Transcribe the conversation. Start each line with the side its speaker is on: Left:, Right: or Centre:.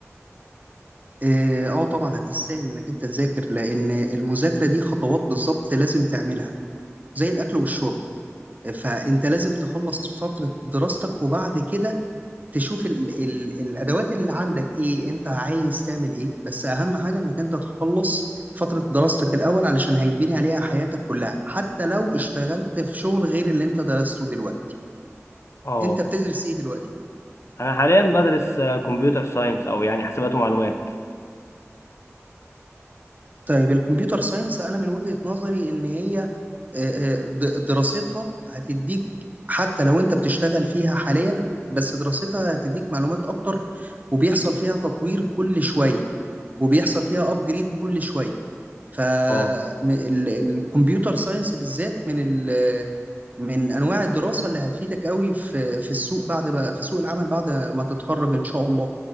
Right: اه آه طبعا هتستاهل انك انت تذاكر لان المذاكره دي خطوات بالظبط لازم تعملها زي الاكل والشرب آه، فانت لازم تخلص فتره دراستك وبعد كده تشوف ال ال الادوات اللي عندك ايه انت عايز تعمل ايه بس اهم حاجه انك انت تخلص فتره دراستك الاول علشان هيتبني عليها حياتك كلها حتى لو اشتغلت في شغل غير اللي انت درسته دلوقتي
Left: اه
Right: انت بتدرس ايه دلوقتي
Left: انا حاليا بدرس كمبيوتر ساينس او يعني حاسبات ومعلومات
Right: طيب الكمبيوتر ساينس انا من وجهة نظري ان هي آه، آه، د- دراستها هتديك حتى لو انت بتشتغل فيها حاليا بس دراستها هتديك معلومات اكتر وبيحصل فيها تطوير كل شوية وبيحصل فيها ابجريد كل شوية فالكمبيوتر
Left: اه
Right: ساينس بالذات من ال من انواع الدراسة اللي هتفيدك قوي في في السوق بعد ما في سوق العمل بعد ما تتخرج ان شاء الله